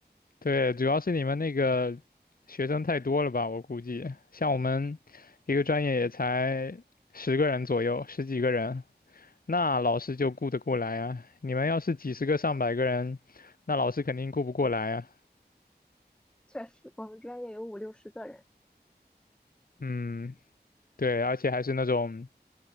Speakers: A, on the left; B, in the centre.
A: 对，主要是你们那个学生太多了吧，我估计，像我们一个专业也才十个人左右，十几个人。那老师就顾得过来啊。你们要是几十个、上百个人，那老师肯定顾不过来啊。
B: 确实，我们专业有五六十个人。
A: 嗯，对，而且还是那种，